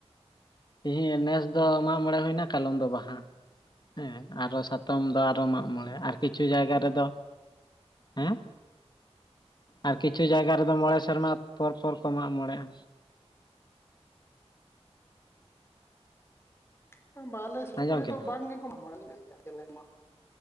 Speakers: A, on the left; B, on the left.
A: <inaudible> ᱱᱮᱥ ᱫᱚ ᱢᱟᱜᱽ ᱢᱚᱬᱮᱸ ᱦᱩᱭᱱᱟ ᱠᱟᱞᱚᱢ ᱫᱚ ᱵᱟᱦᱟ ᱦᱮᱸ ᱟᱨᱚ ᱥᱟᱛᱚᱢ ᱫᱚ ᱟᱨᱚ ᱢᱟᱜᱽ ᱢᱚᱬᱮ ᱟᱨ ᱠᱤᱪᱷᱩ ᱡᱟᱭᱜᱟ ᱨᱮᱫᱚ ᱦᱮᱸ, ᱟᱨ ᱠᱤᱪᱷᱩ ᱡᱟᱭᱜᱟ ᱨᱮᱫᱚ ᱢᱚᱸᱬᱮ ᱥᱮᱨᱢᱟ ᱯᱚᱨ ᱯᱚᱨ ᱠᱚ ᱢᱟᱜ ᱢᱚᱸᱬᱮᱜ-ᱟ᱾
B: ᱵᱟᱝ ᱟᱞᱮ ᱥᱩᱨ
A: ᱟᱸᱡᱚᱢ
B: ᱠᱚᱨᱮ
A: ᱠᱮᱫᱟᱢ
B: ᱫᱚ ᱵᱟᱝ ᱜᱮᱠᱚ ᱢᱟᱜ ᱢᱚᱸᱬᱮ ᱟ᱾ ᱪᱮᱫ ᱞᱮᱠᱟ ᱢᱟᱜ